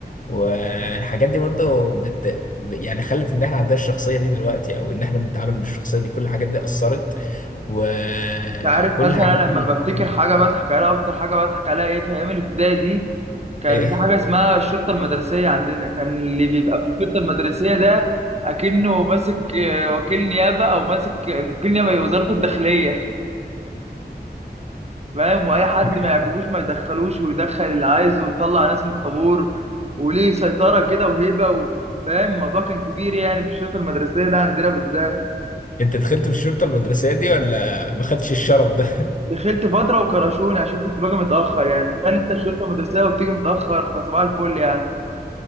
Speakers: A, on the left (about 50°); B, on the right (about 40°).
A: والحاجات دي برضو بت... يعني خلت ان احنا عندنا الشخصيه دي دلوقتي او ان احنا بنتعامل بالشخصيه دي كل الحاجات دي اثرت و-
B: انت عارف
A: وكل
B: مثلا
A: الحاجات
B: انا
A: دي
B: لما بفتكر
A: <laughs>
B: حاجه بضحك عليها اكتر حاجه بضحك عليها ايه في ايام الابتدائي دي كان
A: إيه؟
B: في حاجه اسمها الشرطه المدرسيه عندنا كان اللي بيبقى في الشرطه المدرسيه ده اكنه ماسك آه، وكيل نيابه او ماسك آه، وكيل نيابه ايه وزاره الداخليه فاهم واي حد
A: <laughs>
B: ما يعجبوش ما يدخلوش ويدخل اللي عايزه ويطلع ناس من الطابور وليه سيطره كده وهيبه و- فاهم الموضوع كان كبير يعني في الشرطه المدرسيه ده عندنا بالذات
A: انت دخلت في الشرطه المدرسيه دي ولا ما خدتش الشرف ده
B: دخلت فترة وكرشوني عشان كنت باجي متأخر يعني تخيل انت الشرطة المدرسية وبتيجي متأخر فصباح الفل يعني